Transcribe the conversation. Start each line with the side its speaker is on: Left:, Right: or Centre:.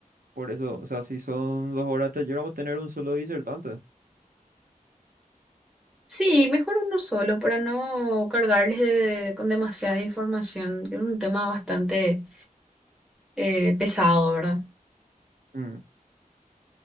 Right: Por eso, o sea, si son dos horas de taller, vamos a tener un solo disertante.
Centre: Sí, mejor uno solo para no cargarles de- con demasiada información. que Es un tema bastante eh, pesado, ¿verdad?
Right: Mm.